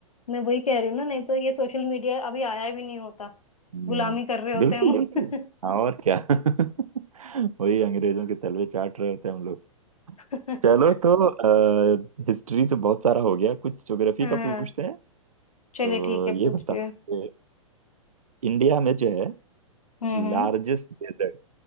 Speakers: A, on the left; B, on the right.
A: मैं वही कह रही हूँ ना नहीं तो ये सोशल मीडिया अभी आया भी नहीं होता
B: हम्म
A: गुलामी कर रहे होते
B: बिल्कुल
A: हैं हम
B: बिल्कुल हाँ और क्या <laughs> वही अंग्रेजों के तलवे चाट रहे होते हैं हम लोग
A: <laughs>
B: चलो तो हिस्ट्री से बहुत सारा हो गया कुछ ज्योग्राफी
A: हाँ
B: का पूछते हैं
A: चलिए
B: तो
A: ठीक है
B: ये
A: पूछिए
B: बताओ कि इंडिया में जो है
A: हम्म हम्म
B: लार्जेस्ट डेजर्ट